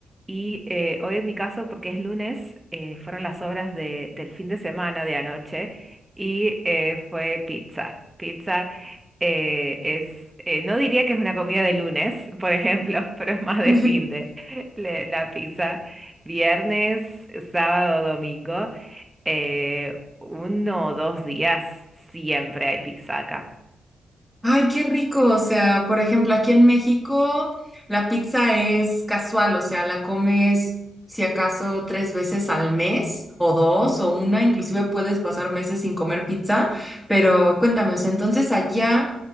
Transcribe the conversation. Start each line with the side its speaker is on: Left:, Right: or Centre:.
Right: y eh, hoy en mi caso, porque es lunes, eh, fueron las obras de- del fin de semana de anoche y eh, fue pizza. Pizza eh, es, eh, no diría que es una comida de lunes, por ejemplo, <laughs> pero es más
Centre: <laughs>
Right: de fin de le- la pizza. Viernes, sábado, domingo, eh, uno o dos días siempre hay pizza acá.
Centre: Ay, qué rico. O sea, por ejemplo, aquí en México la pizza es casual, o sea, la comes si acaso tres veces al mes o dos o una, inclusive puedes pasar meses sin comer pizza, pero cuéntame, o sea, entonces allá